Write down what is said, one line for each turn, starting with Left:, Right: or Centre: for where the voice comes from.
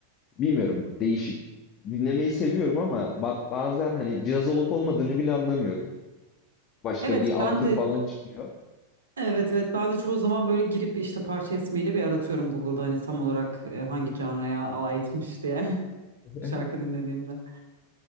Left: bilmiyorum değişik. Dinlemeyi seviyorum ama ba- bazen hani caz olup olmadığını bile anlamıyorum. Başka
Right: Evet
Left: bir
Right: ben
Left: alt tür
Right: de
Left: falan çıkıyor.
Right: evet evet ben de çoğu zaman böyle girip işte parça ismiyle bir aratıyorum Google'da hani tam olarak e, hangi canraya aitmiş diye <laughs>
Left: <laughs>
Right: bir şarkı dinlediğimde.